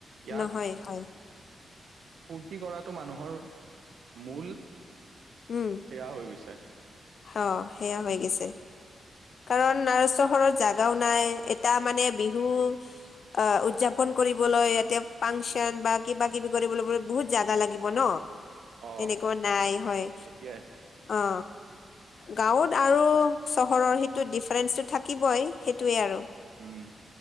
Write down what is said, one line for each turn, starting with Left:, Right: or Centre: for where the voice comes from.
Right: ইয়াত
Left: নহয় হয়।
Right: ফূৰ্তি কৰাটো মানুহৰ মূল
Left: উম।
Right: সেয়া হৈ গৈছে।
Left: অ সেয়া হৈ গৈছে। কাৰণ না চহৰত জাগাও নাই, এটা মানে বিহু অ উদযাপন কৰিবলৈ, ইয়াতে ফাংচন বা কিবা কিবি কৰিবলৈ বহুত জাগা লাগিব ন।
Right: অ
Left: তেনেকুৱা নাই হয়
Right: এতিয়াই
Left: অ। গাঁৱত আৰু চহৰৰ সেইটো ডিফাৰেন্ঞ্চটো থাকিবই সেইটোৱে আৰু।
Right: উম'